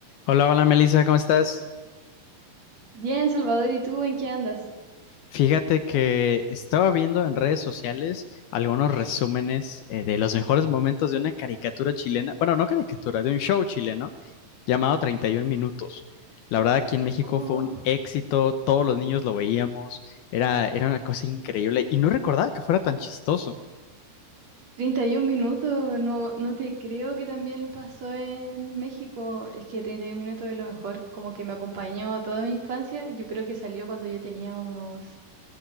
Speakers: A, on the left (about 70°); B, on the right (about 40°).
A: Hola, hola Melissa, ¿cómo estás?
B: Bien, Salvador, ¿y tú en qué andas?
A: Fíjate que estaba viendo en redes sociales algunos resúmenes eh, de los mejores momentos de una caricatura chilena, bueno, no caricatura, de un show chileno llamado 31 Minutos. La verdad, aquí en México
B: Oh,
A: fue un éxito, todos los niños lo veíamos, era, era una cosa increíble y no recordaba que fuera tan chistoso.
B: 31 minutos, no, no te creo que también lo pasó en México. Es que 31 minutos es lo mejor, como que me acompañó toda mi infancia. Yo creo que salió cuando yo tenía unos